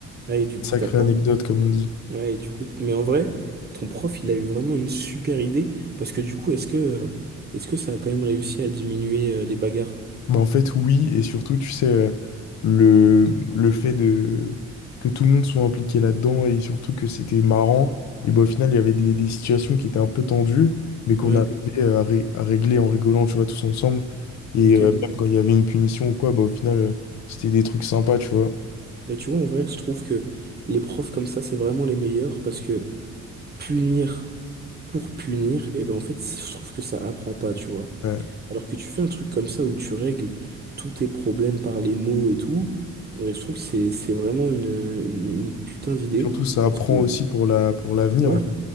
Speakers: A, on the right; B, on the left.
A: Ouais, et du coup,
B: Sacrée
A: t'as pas.
B: anecdote, comme on dit.
A: Ouais, et du coup, mais en vrai, ton prof, il a eu vraiment une super idée. Parce que du coup, est-ce que, euh, est-ce que ça a quand même réussi à diminuer euh, les bagarres?
B: Mais en fait, oui, et surtout, tu sais, euh, le, le fait de que tout le monde soit impliqué là-dedans et surtout que c'était marrant, et ben au final, il y avait des, des situations qui étaient un peu tendues, mais qu'on
A: Ouais.
B: arrivait à, ré- à régler en rigolant, tu vois, tous ensemble. Et
A: Ok.
B: euh, même quand il y avait une punition ou quoi, bah, au final, euh, c'était des trucs sympas, tu vois.
A: Mais tu vois, en vrai, je trouve que les profs comme ça, c'est vraiment les meilleurs parce que punir. pour punir, et ben en fait, je trouve que ça apprend pas, tu vois.
B: Ouais.
A: Alors que tu fais un truc comme ça où tu règles tous tes problèmes par les mots et tout, ouais, je trouve que c'est c'est vraiment une, une, une putain d'idée.
B: Surtout, ça apprend
A: Parce que-
B: aussi pour la, pour l'avenir,
A: Ouais,
B: en fait.